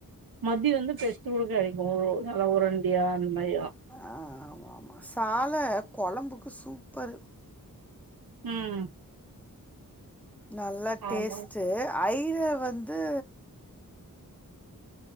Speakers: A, on the right; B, in the centre.
A: மத்தி வந்து பெர்சு கூட கெடைக்கும் நல்லா உரண்டியா அந்த மாரி
B: ஆ ஆம்மாமா சால கொழம்புக்கு சூப்பரு
A: ம்
B: நல்லா டேஸ்ட்டு
A: ஆமா
B: ஐர வந்து